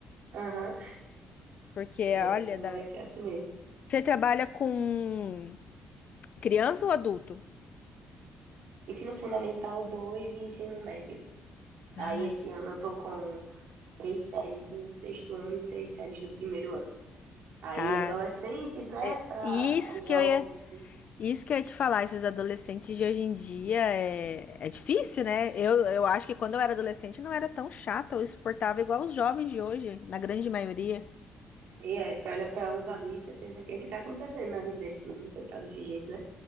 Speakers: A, on the right (about 75°); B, on the left (about 50°).
A: aham,
B: Porque,
A: É, tem
B: olha,
A: semana
B: dá-
A: que é assim mesmo.
B: Você trabalha com criança ou adulto?
A: Ensino Fundamental 2 e Ensino Médio.
B: Ai,
A: Aí esse ano eu tô com três séries do sexto ano e três séries do primeiro ano. Aí
B: cara,
A: adolescentes, né,
B: é,
A: para
B: isso
A: os
B: que
A: jovens
B: eu ia,
A: ali.
B: isso que eu ia te falar, esses adolescentes de hoje em dia é, é difícil, né? Eu, eu acho que quando eu era adolescente não era tão chata ou insuportável igual os jovens de hoje, na grande maioria.
A: E é, você olha para uns ali e você pensa o que é que tá acontecendo na vida desse menino pra ele tá desse jeito, né?